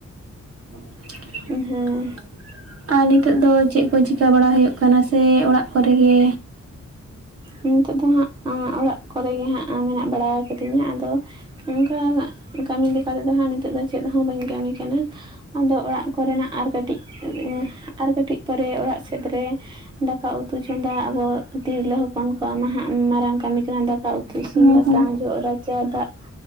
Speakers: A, on the right (about 50°); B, on the right (about 15°).
A: <unintelligible>
B: ᱦᱮᱸ
A: ᱟᱨ ᱱᱤᱛᱚᱜ ᱫᱚ ᱪᱮᱫ ᱠᱚ ᱪᱤᱠᱟ ᱵᱟᱲᱟ ᱦᱩᱭᱩᱜ ᱠᱟᱱᱟ ᱥᱮ ᱚᱲᱟᱜ ᱠᱚᱨᱮ ᱜᱮ
B: ᱱᱤᱛᱳᱜ ᱫᱚ ᱦᱟᱸᱜ ᱚᱲᱟᱜ ᱠᱚᱨᱮ ᱜᱮ ᱦᱟᱸᱜ ᱢᱮᱱᱟᱜ ᱵᱟᱲᱟ ᱠᱟᱹᱫᱤᱧᱟ ᱟᱫᱚ ᱚᱝᱠᱟ ᱠᱟᱹᱢᱤ ᱞᱮᱠᱟ ᱛᱮᱫᱚ ᱦᱟᱸᱜ ᱱᱤᱛᱳᱜ ᱫᱚ ᱪᱮᱫ ᱦᱚᱸ ᱵᱟᱹᱧ ᱠᱟᱹᱢᱤ ᱠᱟᱱᱟ ᱟᱫᱚ ᱚᱲᱟᱜ ᱠᱚᱨᱮᱱᱟᱜ ᱟᱨ ᱠᱟᱹᱴᱤᱡ ᱠᱟᱹᱴᱤᱡ ᱟᱨ ᱠᱟᱹᱴᱤᱡ ᱯᱚᱨᱮ ᱚᱲᱟᱜ ᱥᱮᱫ ᱨᱮ ᱫᱟᱠᱟ ᱩᱛᱩ ᱛᱩ ᱪᱚᱸᱫᱟ ᱟᱵᱚ ᱛᱤᱨᱞᱟᱹ ᱦᱚᱯᱚᱱ ᱠᱚᱣᱟ ᱱᱟᱦᱟᱜ ᱢᱟᱨᱟᱝ ᱠᱟᱹᱢᱤ ᱠᱟᱱᱟ ᱫᱚ ᱥᱟᱶᱛᱮ ᱤᱥᱤᱱ
A: ᱦᱮᱸ
B: ᱵᱟᱥᱟᱝ
A: ᱦᱮᱸ
B: ᱡᱚᱜ ᱨᱟᱪᱟ ᱫᱟᱜ